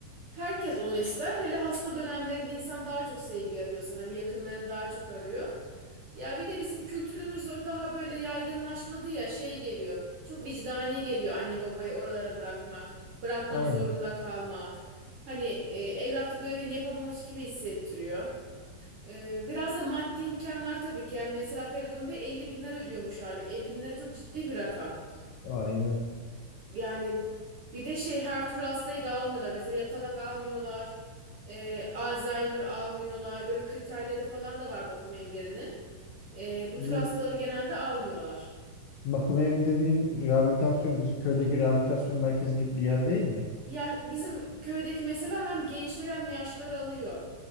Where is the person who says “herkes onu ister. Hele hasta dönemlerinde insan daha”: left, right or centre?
Right